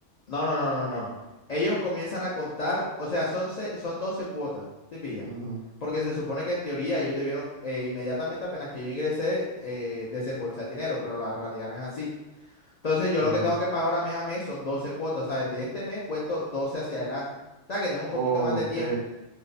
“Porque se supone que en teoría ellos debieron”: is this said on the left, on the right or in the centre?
Left